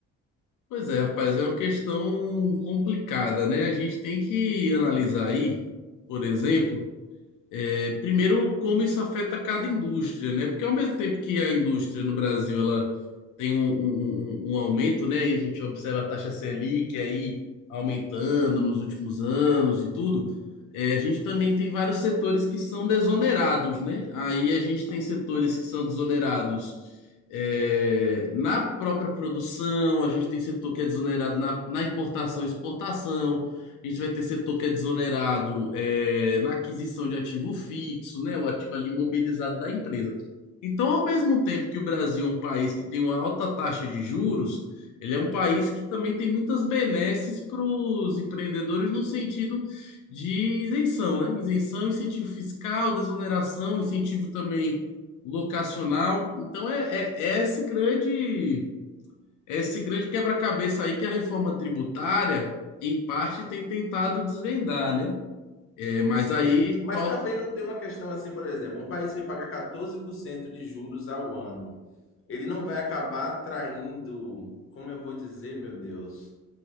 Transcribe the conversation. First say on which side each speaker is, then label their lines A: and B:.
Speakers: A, on the left (about 85°); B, on the left (about 45°).
A: Pois é, rapaz, é uma questão complicada, né? A gente tem que analisar aí, por exemplo. É, primeiro, como isso afeta cada indústria, né? Porque ao mesmo tempo que a indústria no Brasil ela tem um, um- um- um um aumento, né? E a gente observa a taxa Selic aí aumentando nos últimos anos e tudo, é, a gente também tem vários setores que são desonerados, né? Aí a gente tem setores que são desonerados é, na própria produção, a gente tem setor que é desonerado na, na importação e exportação a gente vai ter setor que é desonerado é, na aquisição de ativo fixo, né? O ativo ali imobilizado da empresa. Então, ao mesmo tempo que o Brasil é um país que tem uma alta taxa de juros, ele é um país que também tem muitas benesses para os empreendedores no sentido de isenção, né? Isenção, incentivo fiscal, desoneração, incentivo também locacional. Então, é, é é esse grande é Esse grande quebra-cabeça aí que a reforma tributária, em parte, tem tentado desvendar, né? É, mas
B: Sim,
A: aí
B: mas
A: falta.
B: também não tem uma questão assim, por exemplo, um país que paga 14% de juros ao ano, ele não vai acabar atraindo, como eu vou dizer, meu Deus?